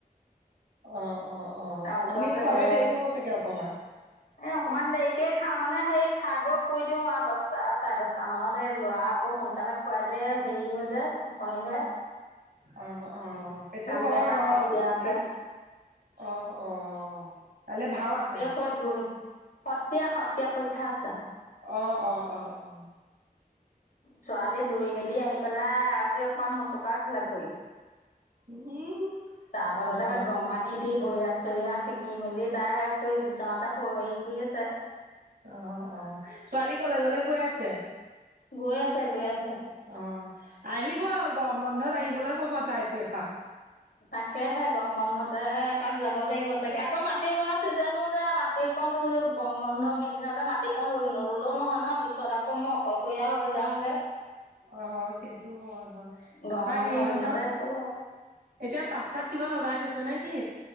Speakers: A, on the right; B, on the left.
A: অঁ অঁ অঁ
B: তাৰপিছত
A: আপুনি খোৱালে
B: এ
A: দেৰি হ'ব চাগে অকমান।
B: এ অকনমান দেৰিকে খাওঁ মানে সেই খাই বৈ শুই দিও আও, দছটা চাৰে দছটা মানত এই লৰা আকৌ সোনকালে খুৱাই দিলে হেৰি হৈ যায় টোপনি ধৰে।
A: অহ অহ অঁ এইটো
B: কালিলৈ
A: হয়
B: তাৰ
A: অ'
B: সত্ৰীয়া
A: ল'ৰা ছোৱালী
B: আছে
A: অঁ অঁ কাইলে ভাও আছে।
B: হৈ দূৱৈত সত্ৰীয়া সত্ৰীয়া পৰীক্ষা আছে।
A: অঁ অঁ অঁ অঁ
B: ছোৱালী দৈই মেলি আহি পেলাই, আজি অকমান মচুকা খালে ভৰিত।
A: উম।
B: তাৰ পাছতে
A: হয়
B: হে গৰম পানী দি ভৰি হাত চৰি হাত শেকি মেলি তাই আকৌ সেই বিচনাতে প হেৰি কৰি আছে।
A: অ' অ' অ'। ছোৱালী কলেজলে গৈ আছে?
B: গৈ আছে গৈ আছে।
A: অঁ আহিব আও গৰম বন্ধত আহিবলৈ ক'ব তাইকো এপাক।
B: তাকেহে গৰম বন্ধতে এপাক যাব লাগিব চাগে, আকৌ মাটি ৰোৱা ছিজনো যে মা সেই কন ৰুই গৰম বন্ধত, কেইদিনতে মাটিকণ ৰুই নললো নহয় নহয়, পিছত আকৌ মোক অশয়ইয়া হৈ যাওঁগে।
A: অঁ সেইটো হয় হয়। তাৰপা
B: গৰম বন্ধ
A: হেৰি
B: কেইদিনতে
A: নহয়
B: সেইফালে
A: এতিয়া তাঁত চাত কিবা লগাই থৈছা নেকি?